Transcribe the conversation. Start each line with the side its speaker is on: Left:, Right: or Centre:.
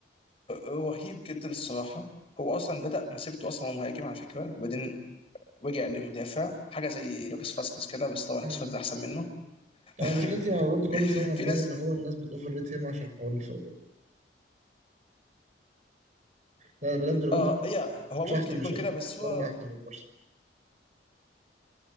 Left: أه، رهيب جدا الصراحه هو اصلا بدا مسيرته اصلا هو مهاجم على فكره وبعدين رجع للمدافع حاجه زي لوكاس فاسكس كده بس طبعا لوكاس
Right: مم.
Left: فاسكس احسن منه
Right: <clears throat> أنا
Left: <laughs>
Right: مشكلتي مع روبرتو كارلوس نوعا ما
Left: في ناس
Right: إن هو الناس بتأوفر ريت هيم عشان حوار الفاولات لا بجد روبرتو
Left: اه
Right: كارلوس
Left: يا هو
Right: مش أحسن
Left: ممكن يكون
Right: مش أشلي
Left: كده بس
Right: كول
Left: هو
Right: ولا أحسن من مارسيلو